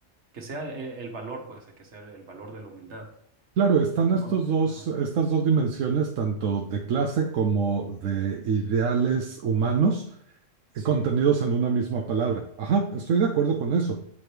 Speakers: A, on the right; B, on the right.
A: que sea el, el valor, pues, que sea el, el valor de la humildad,
B: Claro, están estos
A: ¿no?
B: dos,
A: Ajá,
B: estas dos dimensiones, tanto de clase como de ideales humanos, eh,
A: sí,
B: contenidos en una misma palabra. Ajá, estoy de acuerdo con eso.